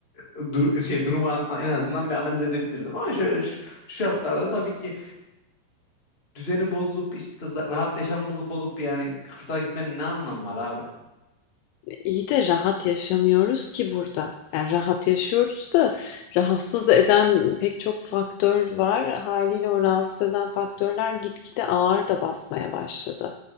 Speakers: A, on the left; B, on the left.
A: du- şey durumu a- en azından bir analiz edebilirdim ama şöyle şu, şu şartlarda tabii ki düzeni bozup işte za- rahat yaşamımızı bozup yani kırsala gitmenin ne anlamı var abi?
B: iyi de rahat yaşamıyoruz ki burada. Yani rahat yaşıyoruz da rahatsız eden pek çok faktör var. Haliyle o rahatsız eden faktörler gitgide ağır da basmaya başladı.